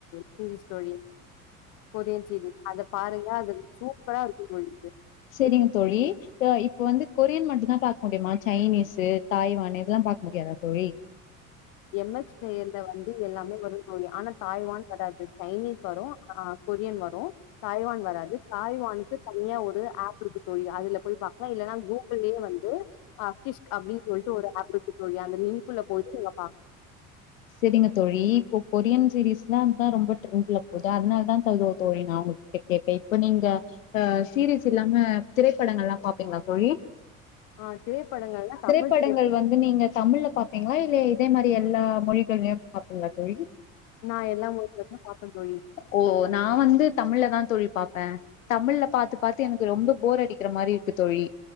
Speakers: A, on the left; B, on the left.
A: சீரிஸ் தோழி கொரியன் சீரிஸ் அத பாருங்க அது சூப்பரா இருக்கு தோழி
B: செரிங்க தோழி இப்ப இப்ப வந்து கொரியன் மட்டுந்தா பாக்க முடியுமா சைனீஸூ தாய்வானு இதெல்லா பாக்க முடியாதா தோழி
A: எம் எக்ஸ் ப்ளேயர்ல வந்து எல்லாமே வருந்தோழி ஆனா தாய்வான் வராது சைனீஸ் வரு ஆ கொரியன் வரு தாய்வான் வராது தாய்வானுக்கு தனியா ஒரு ஆப் இருக்கு தோழி அதுல போய் பாக்கலா இல்லன்னா கூக்குள்ளேயே வந்து ஆப் கிஷ் அப்டின் சொல்லிட்டு ஒரு ஆப் இருக்கு தோழி அந்த லின்க்குள்ள போயிட்டுக்கலா
B: செரிங்க தோழி இப்போ கொரியன் சீரிஸ்னாதா ரொம்ப ட்ரெண்ட்ல போகுது அதனால தா தகு தோழி நா உ கேட்டே இப்ப நீங்க அ சீரீஸ் இல்லாம திரைப்படங்கள் எல்லா பாப்பீங்ளா தோழி
A: ஆ திரைப்படங்கள்னா தமிழ்
B: திரைப்படங்கள் வந்து நீங்க தமிழ்ல பா ப்பீங்ளா இல்லே இதே மாரி எல்லா மொழிகள்ளயு பாப்பிங்ளா தோழி
A: நா எல்லா மொழிலேயு பாப்பே தோழி
B: ஓ நா வந்து தமிழ்ல தா தோழி பாப்பே தமிழ்ல பாத்து பாத்து எனக்கு ரொம்ப போர் அடிக்கிற மாரி இருக்கு தோழி